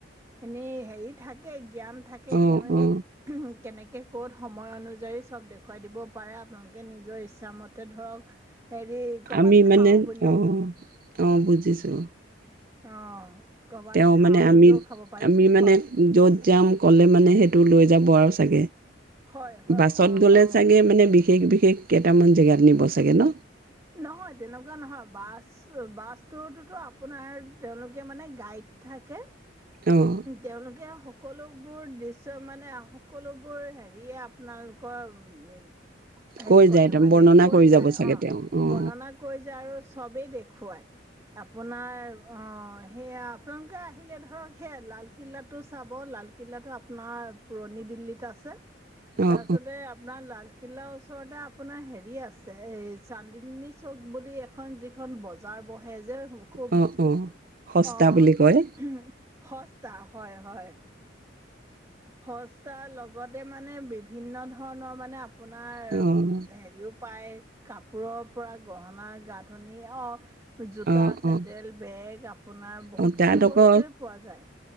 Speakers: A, on the right; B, on the right.
A: এনেই হেৰি থাকে থাকে জ্ঞান থাকে
B: অ', অ',
A: তেওঁৱে
B: অ
A: কেনেকে ক'ত সময় অনুযায়ী চব দেখুৱাই দিব পাৰে আপোনালোকে নিজৰ ইচ্ছাামতে ধৰক হেৰি ক'ৰবাত
B: আমি
A: খাওঁ
B: মানে
A: বুলিলেও
B: অ অ বুজিছো
A: আহ কৰবাত
B: তেওঁ
A: খাওঁ
B: মানে আমি
A: বুলেও খাব পাৰে
B: আমি মানে
A: হয়
B: য'ত যাম ক'লে মানে সেইটো লৈ যাব আৰু চাগে
A: হয় হয়
B: বাছত
A: অ
B: গ'লে
A: অ
B: চাগে মানে বিশেষ বিশেষ কেইটামান জেগাত নিব চাগে ন
A: নহয় তেনেকুৱা নহয় বাছ বাছটোতোতো আপোনাৰ তেওঁলোকে মানে গাইড থাকে
B: অ',
A: তেওঁলোকেও সকলোবোৰ দৃশ্য মানে সকলোবোৰ হেৰিয়ে আপোনালোকৰ হেৰি
B: কৈ
A: কৰে
B: যায় ত
A: মানে
B: বৰ্ণনা
A: কৈ
B: কৰি
A: যায়
B: যাব চাগে
A: অঁ
B: তেওঁ অ
A: বৰ্ণনা কৈ যে আৰু চব বে দেখুৱায় আপোনাৰ অ সেয়া। আপোনালোকে আহিলে ধৰক সেইয়া লালকিল্লাটো চাব। লালকিল্লাটো আপোনাৰ পুৰণি দিল্লীত আছে।
B: অ',
A: তাৰপিছতে আপোনাৰ লাল কিলাৰ ওচৰতে আপোনাৰ হেৰি আছে, এই চণ্ডী <inaudible> চ'ক বুলি এখন যিখন বজাৰ বহে যে খুব।
B: অ', অ', অ', সস্তা
A: অ'।
B: বুলি কয়
A: <unintelligible> তা হয়, হয়। সস্তা। লগতে মানে বিভিন্ন ধৰণৰ মানে আপ আপোনাৰ
B: অ',
A: হেৰিও। পাই। কাপোৰৰ পৰা গহনা-গাঁথনি হওক জোতা,
B: অ',
A: চেণ্ডেল,
B: অ',
A: বেগ আপোনাৰ বহুতখিনি
B: অ', তাত আকৌ
A: বস্তুৱে পোৱা যায়।